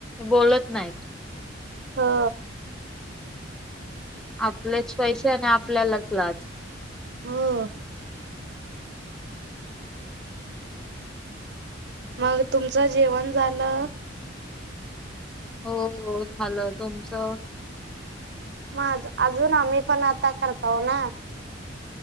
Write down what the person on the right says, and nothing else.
हो.
हो, मग तुमचं जेवण झालं?
माझं अजून आहे, पण आता करता ओ ना.